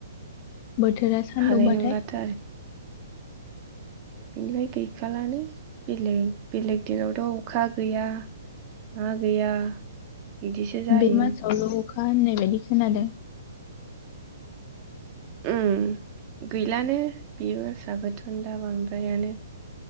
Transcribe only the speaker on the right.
हानाय नंलाथो बेनिफाय गैखालानो बेलेग बेलेग दिनावथ' अखा गैया मा गैया बिदिसो जायो
उम गैलानो बे मासाबो थनदा बांद्रायानो।